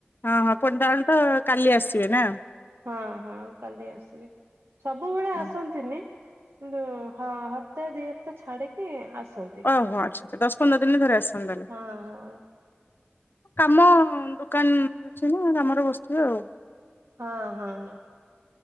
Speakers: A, on the left; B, on the right.
A: ହଁ ହଁ ପୁଣି ତାହାଲେ ତ କାଲି ଆସିବେ ନା?
B: ହଁ ହଁ କାଲି ଆସିବେ ସବୁବେଳେ
A: ହଁ
B: ଆସନ୍ତିନି କିନ୍ତୁ ହଁ ହଁ ତେ ଦିଇ ହାତ ଛାଡିକି ଆସନ୍
A: ଓହୋ ଆଚ୍ଛା ଆଚ୍ଛା ଦଶ ପନ୍ଦର ଦିନରେ ଥରେ ଆସନ୍ତି ତାହେଲେ।
B: ହଁ ହଁ
A: କାମ ଦୋକାନ ଅଛି ନା କାମରେ ବସିଥିବେ ଆଉ।
B: ହଁ ହଁ।